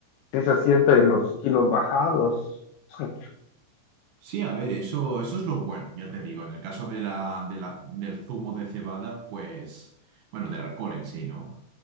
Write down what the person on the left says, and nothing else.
sí se siente los kilos bajados. <laughs>